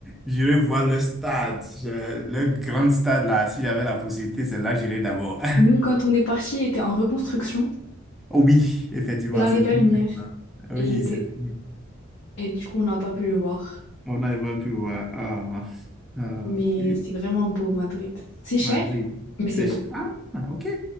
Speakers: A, in the centre; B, on the left.
A: j'irai voir le stade, Je- le grand stade là. Si j'avais la possibilité, c'est là que j'irai d'abord.
B: Nous, quand on est parti, il était en reconstruction.
A: <laughs> oui, effectivement,
B: C'est l'année
A: c'est
B: dernière.
A: fini maintenant. Oui,
B: Et, il était...
A: c'est fini.
B: et du coup, on n'a pas pu le voir.
A: On n'arrive plus voir. Ah, ah,
B: Mais
A: ok.
B: c'est vraiment beau, Madrid. C'est cher,
A: Madrid.
B: mais
A: C'est
B: c'est beau.
A: cher Ah, ok.